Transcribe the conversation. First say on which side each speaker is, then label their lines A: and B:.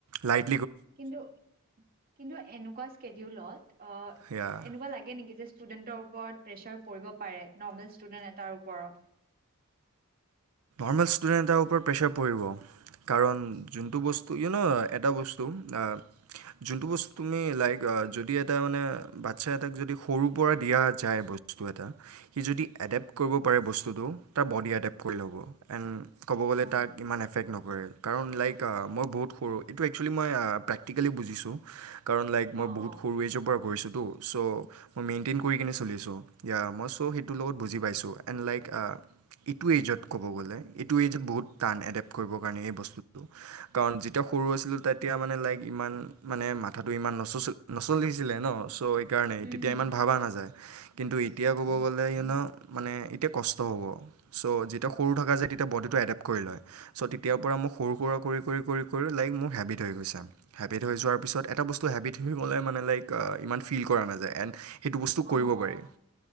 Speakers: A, on the right; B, on the right.
A: লাইট
B: কিন্তু-কিন্তু এনেকুৱা স্কেদ্যুলত অ',
A: সেয়া
B: এনেকুৱা লাগে নেকি যে ষ্টুদেন্তৰ উপৰত প্ৰেছাৰ পৰিব পাৰে নেকি? ষ্টুডেন্ট এটাৰ ওপৰত
A: নৰ্মেল ষ্টুডেণ্ট এটাৰ ওপৰত প্ৰেছাৰ পৰিব। কাৰণ যোনটো বস্তু, ইও ন', এটা বস্তু, আ যোনটো বস্তু তুমি লাইক যদি এটা মানে বাচ্ছা এটাক যদি সৰুৰ পৰা দিয়া যায় বস্তু এটা, সি যদি এডেপ্ট কৰিব পাৰে বস্তুটো, তাৰ বডি এডেপ্ট কৰি এন্ড, ক'ব গ'লে
B: অ
A: তাক ইমান এফেক্ট নক কৰে কাৰণ লাইক মই বহুত সৰু এইটো একচেলি মই প্ৰেক্টিকেলি বুজিছো। কাৰণ লাইক মই
B: অ
A: বহুত
B: অ
A: সৰুৱেজৰ পৰা কৰিছো। চ', মই মেইনটেইন কৰি কিনে চলি আছোঁ, য়া, মই চ' সেইটোৰ লগত বুজি পাইছোঁ, এণ্ড লাইক আ, ইটো এইজত ক'ব গ'লে এইটো এইজত বহুত টান এডেপ্ট কৰিবৰ কাৰণে এই বস্তুটো কাৰণ যেতিয়া সৰু আছিলো তেতিয়া মানে লাইক ইমান মানে মাথাটো ইমান নচচ নচলিখিছিলে ন চ সেইকাৰণে
B: হুম
A: তেতিয়া
B: হুম
A: ইমান ভবা নাযায়, কিন্তু এতিয়া ক'ব গ'লে ইয় ন মানে এতিয়া কষ্ট হ'ব চ যিত তেতিয়া সৰু থকা যে তেতিয়া বডিটো এডেপ্ট কৰি লয়। চ' তেতিয়াৰ পৰা মোক সৰু সুৰা কৰি কৰি কৰি লাইক মোৰ হেবিট হৈ গৈছে। হেবিট হৈ যোৱাৰ পিছত এটা বস্তু হেবিট হৈ গ'লে মানে লাইক ইমান ফিল কৰা নাযায় এণ্ড। সেইটো বস্তু
B: অ
A: কৰিব
B: অ
A: পাৰি,